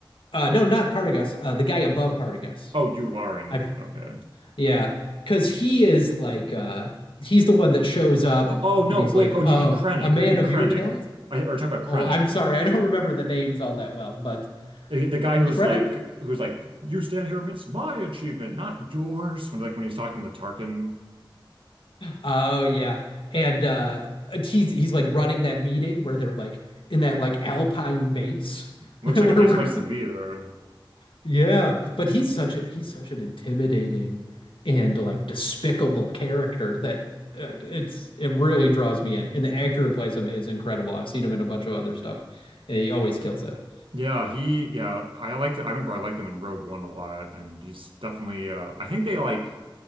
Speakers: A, on the left (about 80°); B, on the right (about 80°).
A: Uh, no, not Partagas. Uh, the guy above Partagas.
B: Oh, Yularen.
A: I
B: Okay.
A: yeah, because he is like uh, he's the one that shows up
B: Oh
A: and
B: no,
A: he's
B: wait.
A: like,
B: Oh,
A: "Oh,
B: do you mean Krennic?
A: a man
B: Or do you mean
A: of
B: Krennic?
A: your talent."
B: I or talk about Krennic.
A: Oh, I'm sorry, I don't remember the names all that well, but
B: The the guy who's
A: Krennic?
B: like who's like, you stand here amidst my achievement, not yours. When like when he's talking to Tarkin.
A: Oh yeah. And uh he's he's like running that meeting where they're like in that like Alpine base <laughs>
B: Looks
A: where
B: like
A: we're
B: a nice place to be there.
A: yeah, but he's such a he's such an intimidating and like despicable character that uh, it's it really draws me in. And the actor who plays him is incredible. I've seen him in a bunch of other stuff and he always kills it.
B: Yeah, he yeah, I liked it. I remember I liked him in Rogue One a lot, and he's definitely uh I think they like